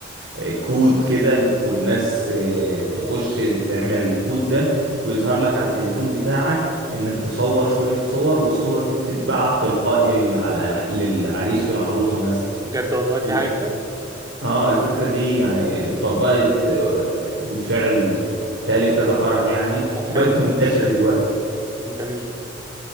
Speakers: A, on the right; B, on the right.
A: آه، كود كده والناس آه، تخش تعمل الكود ده ويظهر لك على التليفون بتاعك انك تصور شوية صور والصور دي بتتبعت تلقائي على للعريس والعروسة مثلا
B: بجد والله في
A: دي فكرة
B: حاجة كده
A: اه الفكرة دي يعني اتطبقت آه، بالفعل في- بتهيألي في كذا فرح يعني
B: طب حلو
A: وبقت
B: والله
A: منتشرة دلوقتي
B: جميل